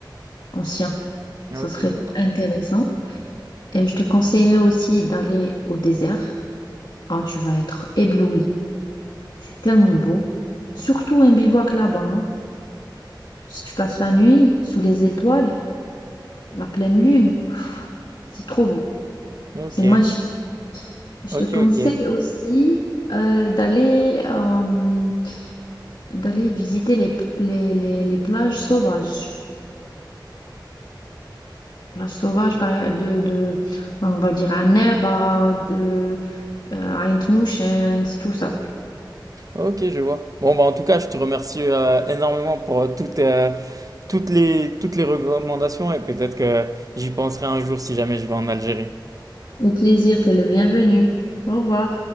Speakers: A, on the left; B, on the right.
A: ancien. Ça
B: Ok,
A: serait
B: je vois.
A: intéressant. Et je te conseillerais aussi d'aller au désert. Ah, tu vas être ébloui. C'est tellement beau. Surtout un bivouac là-bas. hein. Si tu passes la nuit sous les étoiles, la pleine lune, pff, c'est trop beau.
B: Ok,
A: C'est magique. Je
B: ok,
A: te conseille
B: ok.
A: aussi euh, d'aller euh, d'aller visiter les, les, les, les plages sauvages. Plages sauvages par- de, de, on va dire, à Neba, de euh, à Intuitions, tout ça.
B: Ok, je vois. Bon, bah, en tout cas, je te remercie euh, énormément pour euh, toutes, euh, toutes les, toutes les recommandations et peut-être que j'y penserai un jour si jamais je vais en Algérie.
A: Au plaisir, t'es le bienvenu. Au revoir.